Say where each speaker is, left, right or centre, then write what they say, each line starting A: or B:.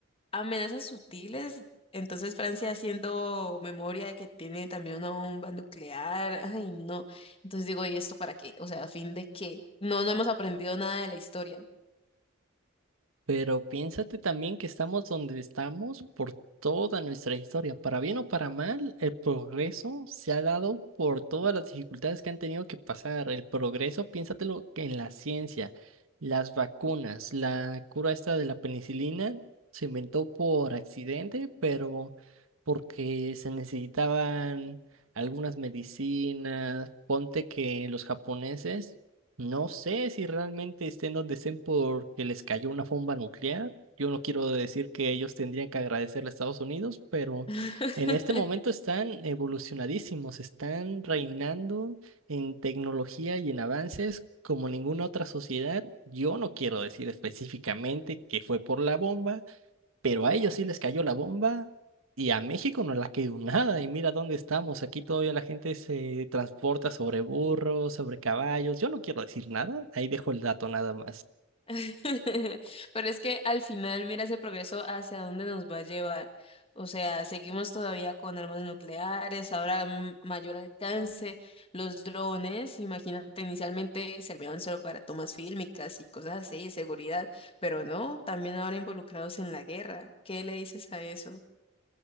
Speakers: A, on the left; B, on the right.
A: amenazas sutiles. Entonces Francia haciendo memoria de que tiene también una bomba nuclear. <laughs> Ay, no. Entonces digo, ¿y esto para qué? O sea, a fin de qué no, no hemos aprendido nada de la historia.
B: Pero piénsate también que estamos donde estamos por toda nuestra historia. Para bien o para mal, el progreso se ha dado por todas las dificultades que han tenido que pasar. El progreso, piénsatelo que en la ciencia, las vacunas, la cura esta de la penicilina se inventó por accidente, pero porque se necesitaban algunas medicinas. Ponte que los japoneses no sé si realmente estén donde estén porque les cayó una bomba nuclear. Yo no quiero decir que ellos tendrían que agradecerle a Estados Unidos, pero
A: <laughs>
B: en este momento están evolucionadísimos, están reinando en tecnología y en avances como ninguna otra sociedad. Yo no quiero decir específicamente que fue por la bomba, pero a ellos sí les cayó la bomba y a México no le ha caído nada. Y mira dónde estamos. Aquí todavía la gente se transporta sobre burros, sobre caballos. Yo no quiero decir nada. Ahí dejo el dato nada más.
A: <laughs> Pero es que al final, mira ese progreso hacia dónde nos va a llevar. O sea, seguimos todavía con armas nucleares, ahora mm, mayor alcance, los drones, imagínate, inicialmente servían solo para tomas fílmicas y cosas así, de seguridad, pero no, también ahora involucrados en la guerra. ¿Qué le dices a eso?